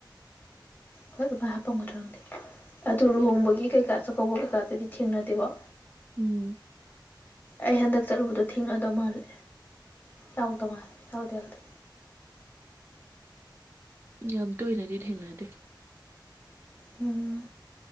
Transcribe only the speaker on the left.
ꯍꯣꯏ ꯑꯗꯨꯃꯥꯏ ꯍꯥꯄꯝꯒꯗ꯭ꯔ ꯈꯪꯗꯦ ꯑꯗꯨ ꯂꯨꯍꯣꯡꯕꯒꯤ ꯀꯩꯀꯥ ꯆꯥꯛꯀꯧꯕ ꯀꯩꯀꯥꯗꯗꯤ ꯊꯦꯡꯅꯗꯦꯀꯣ
ꯑꯩ ꯍꯟꯗꯛ ꯆꯠꯂꯨꯕꯗꯣ ꯊꯤꯡꯅꯗ ꯃꯥꯜꯂꯦ ꯌꯥꯎꯗ ꯃꯥꯜꯂꯦ ꯌꯥꯎꯗꯦ ꯌꯥꯎꯗꯦ
ꯎꯝ